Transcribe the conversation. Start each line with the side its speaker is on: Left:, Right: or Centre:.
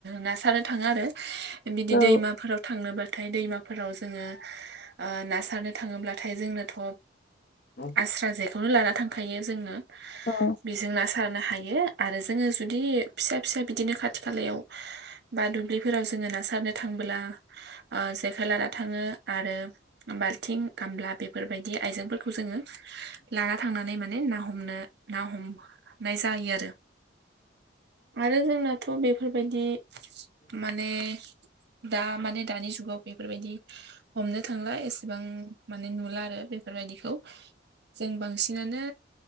Right: ना सारनो थाङो आरो बिदि
Left: औ
Right: दैमाफोराव थांनोबाथाय दैमाफोराव जोङो ओ ना सारनो थाङोब्लाथाय जोंनोथ'
Left: औ
Right: आस्रा जेखौनो लाना थांखायो जोंङो
Left: औ
Right: बेजों ना सा सारनो हायो आरो जोंङी जुदि फिसा, फिसा बिदिनो खाथि खालाव बा दुब्लिफीराव जों जोङो ना सारनो थांबोला ओ जेखाय लाना थाङो आरो बालथिं गामला बेफोरबायदि आयजें फोर खौ जोङो लाना थांनानै मा ने ना हमनो ना, हमनाय जायो आरो। आरो जोंनाथ' बेफोर बायदि माने दा माने दानि जुगाव बेफोरबायदि हमनो थांला एसेबांमाने नुला आरो बेफोरबायदिखौ। जों बांसिनानो